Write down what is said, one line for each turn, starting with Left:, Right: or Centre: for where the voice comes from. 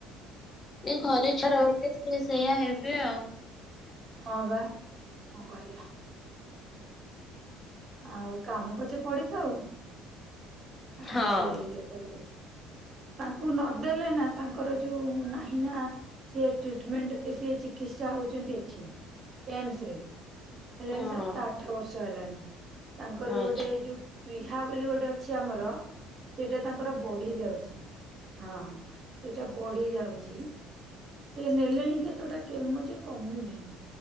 Left: ଘରେ ଛୁଆ ରହିଲେ ସେ ସେଇୟା ହେବେ ଆଉ।
Right: ହଁ ବା କଣ କରିବା। ଆଉ କାମ ପଛେ ପଡିଥାଉ।
Left: ହଁ।
Right: ଆଉ ସିଏ ଇଏ କରିବେ। ତାଙ୍କୁ ନଦେଲେ ନା ତାଙ୍କର ଯୋଉ ନାହିଁ ନା ସିଏ ଟ୍ରିଟମେଣ୍ଟ ସିଏ ଚିକି ତ୍ସା ହେଉଚନ୍ତି ଏଠି ଏମସେରେ। ହେଲାଣି
Left: ହଁ
Right: ସାତ ଆଠ ବର୍ଷ ହେଲାଣି ତାଙ୍କର
Left: ଆଚ୍ଛା।
Right: ଗୋଟେ ଯୋଉ ପିହା ବୋଲି ଗୋଟେ ଅଛି ଆମର ସେଇଟା ତାଙ୍କର ବଢି ଯାଉଚି। ହଁ ସେଟା ବଢି ଯାଉଚି। ସେ ନେଲେଣି କେତୋଟା କେମୋ ଯେ କମୁନେହିଁ